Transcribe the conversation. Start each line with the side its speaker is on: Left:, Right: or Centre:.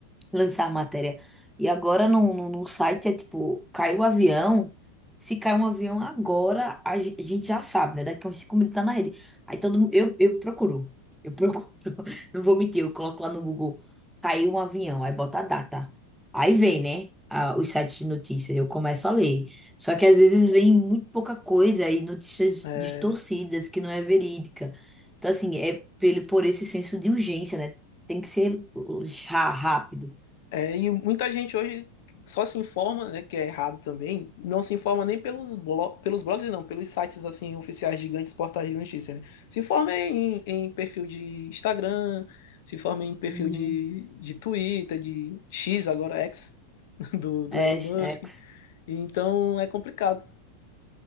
Centre: lançar a matéria. E agora no, no, no site é tipo, caiu o avião. Se cai um avião agora, a ge- a gente já sabe, né? Daqui a uns 5 minutos tá na rede. Aí todo mundo, eu, eu procuro. Eu procuro. <laughs> Não vou mentir, eu coloco lá no Google. Caiu um avião, aí bota a data. Aí vem, né? a- os sites de notícias, eu começo a ler. Só que às vezes vem muito pouca coisa e notícias
Left: É,
Centre: distorcidas que não é verídica. Então, assim, é pelo, por esse senso de urgência, né? Tem que ser já rápido.
Left: É, e muita gente hoje só se informa, né, que é errado também, não se informa nem pelos, blo pelos blogs, não, pelos sites, assim, oficiais gigantes, portais de notícia, né? Se informa em, em perfil de Instagram, se informa em perfil
Centre: Uhum.
Left: de, de Twitter, de X, agora X, <laughs> do, do
Centre: É,
Left: Elon Musk.
Centre: ex.
Left: Então, é complicado.